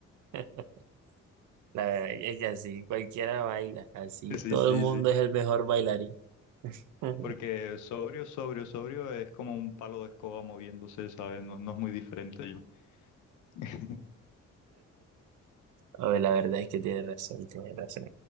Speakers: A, on the right; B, on the left.
A: <laughs> La verdad es que así cualquiera baila, así
B: Sí,
A: todo
B: sí,
A: el mundo
B: sí.
A: es el mejor bailarín. <laughs>
B: Porque sobrio, sobrio, sobrio es como un palo de escoba moviéndose, ¿sabes? No, no es muy diferente yo. <laughs>
A: A ver, la verdad es que tienes razón, tienes razón